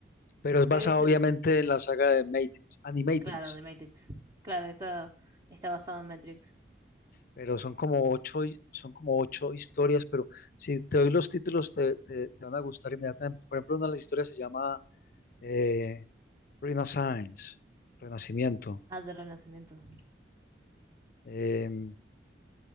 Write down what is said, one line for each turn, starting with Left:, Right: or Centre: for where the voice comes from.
Left: Pero es basado
Right: Lo voy a echar
Left: obviamente
Right: un vistazo.
Left: en la saga de Matrix, Animatrix.
Right: Claro, de Matrix. Claro, está, está basado en Matrix.
Left: pero son como ocho, hi- son como ocho historias, pero si te doy los títulos te, te- te van a gustar inmediatamente. Por ejemplo, una de las historias se llama eh, Renaissance, Renacimiento.
Right: Ah, de Renacimiento.
Left: Em,